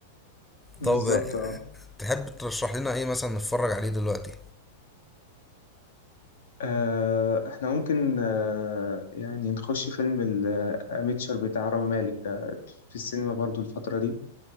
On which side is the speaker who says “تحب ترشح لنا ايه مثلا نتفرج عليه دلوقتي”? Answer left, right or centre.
Centre